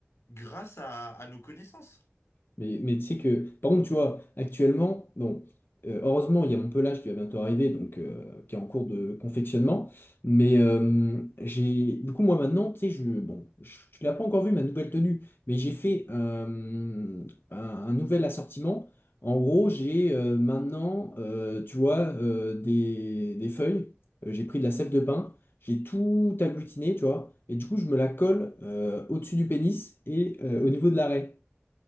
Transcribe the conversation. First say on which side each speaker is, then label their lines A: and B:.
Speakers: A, on the left; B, on the left.
A: grâce à, à nos connaissances.
B: Mais, mais tu sais que, par contre, tu vois, actuellement, bon, euh, heureusement, il y a mon pelage qui va bientôt arriver, donc euh, qui est en cours de confectionnement. Mais euh, j'ai, du coup, moi maintenant, tu sais, je, bon, je, tu l'as pas encore vu ma nouvelle tenue, mais j'ai fait euh, un, un nouvel assortiment. En gros, j'ai euh, maintenant, euh, tu vois, euh, des, des feuilles. Euh, j'ai pris de la sève de pin j'ai tout agglutiné, tu vois, et du coup, je me la colle euh, au-dessus du pénis et euh, au niveau de l'arrêt.